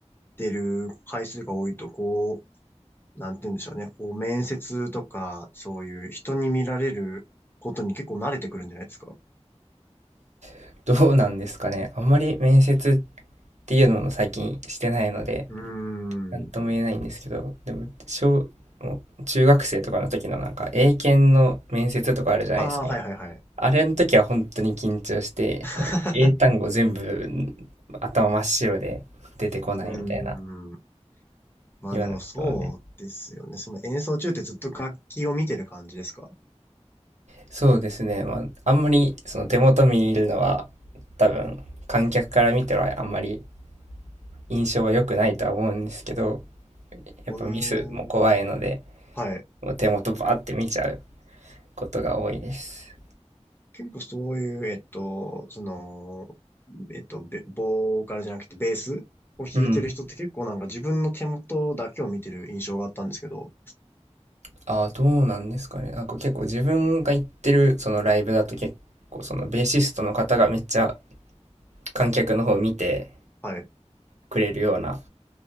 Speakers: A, on the left (about 20°); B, on the right (about 85°).
A: てる回数が多いと、こう、なんて言うんでしょうね。こう、面接とか、そういう人に見られることに結構慣れてくるんじゃないですか。
B: ない。どうなんですかね。あんまり面接っていうのも最近してないので、
A: うー
B: なんとも言えないんですけど、
A: ん。
B: でも小、もう中学生とかの時のなんか英検の面接とかあるじゃないですか。
A: ああ、はいはいはい。
B: あれの時は本当に緊張して、
A: <laughs>
B: もう英単語全部頭真っ白で出てこないみたいな、
A: うーん。まあでもそうですよね。
B: 今のことなので。
A: その演奏中ってずっと楽器を見てる感じですか
B: そうですね。まあ、あんまりその手元見るのは多分観客から見てはあんまり印象は良くないとは思うんですけど、やっぱミスも怖いので、
A: うーん。はい。
B: もう手元バーって見ちゃうことが多いです。
A: 結構そういう、えっと、その、えっと、ベボーカルじゃなくてベースを弾いてる人って結構なんか自分の手元だけを見てる印象があったんですけど。
B: うん。ああ、どうなんですかね。なんか結構自分が行ってるそのライブだと結構そのベーシストの方がめっちゃ観客の方を見て
A: はい。
B: くれるような